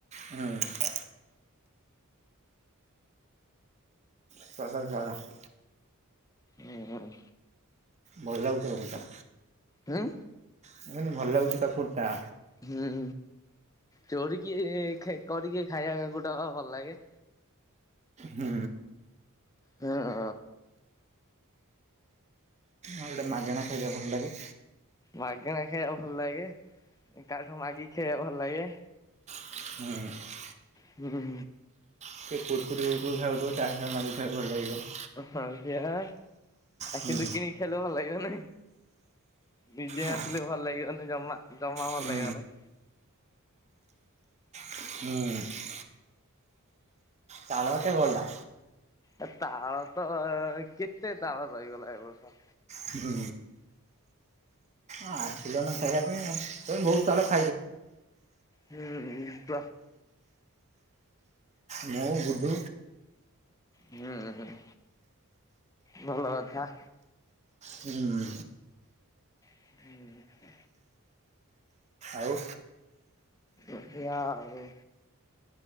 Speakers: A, on the right; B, on the left.
A: ହୁଁ। <unintelligible>
B: ହୁଁ ହୁଁ।
A: ଭଲ ଲାଗୁ <unintelligible>
B: ଉଁ?
A: ମୁଁ କହିଲି ଭଲ ଲାଗୁଛି କାକୁଡ଼ି ଟା।
B: ହୁଁ ଚୋରିକି କରିକି ଖାଇବା ଗୋଟା ଭଲ ଲାଗେ।
A: ହୁଁ।
B: ହଁଁ।
A: ଆଉ ଗୋଟେ ମାଗଣା ଖାଇବା ଭଲ ଲାଗେ।
B: ମାଗଣା ଖାଇବା ଭଲ ଲାଗେ କାଠୁ ମାଗିକି ଖାଇବା ଭଲ ଲାଗେ।
A: ହୁଁ।
B: ହୁଁ।
A: <inaudible> ଭଲ ଲାଗିବ
B: ହଁ ସେଆ
A: ହୁଁ
B: କିନ୍ତୁ କିଣି ଖାଇଲେ ଭଲ ଲାଗିବ ନା? ନିଜେ
A: ନା
B: ଆଣିଥିଲେ ଭଲ ଲାଗିବନି ଜମା ଜମା ଭଲ
A: ହୁଁ
B: ଲାଗିବ ନାହିଁ।
A: ହୁଁ। ତାଳ ତ ଗଲା।
B: ଏ ତାଳ ତ କେତେ ତାଳ ରହିଗଲା ଏ ବର୍ଷ
A: ହୁଁ ଆ <unintelligible> ପିଲନା ଖାଇବା ପାଇଁମ ତେ ବହୁତ <inaudible> <inaudible>
B: ହୁଁ ତ
A: ମୋ ଗୁଡ଼ୁ
B: ହୁଁ ଭଲ କଥା।
A: ହୁଁ।
B: ହୁଁ।
A: ଆଉ
B: ଏଇଆଉ